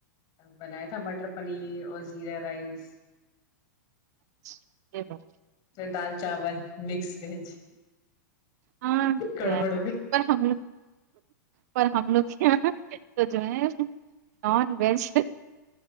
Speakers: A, on the left; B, on the right.
A: بنایا تھا مٹر پنیر اور زیرا رائس
B: اچھا یہ بات
A: دال چاول مکس ویج
B: ہاں
A: گڑبڑ بھی
B: پر ہم پر ہم لوگ یہاں تو جو ہے نان ویج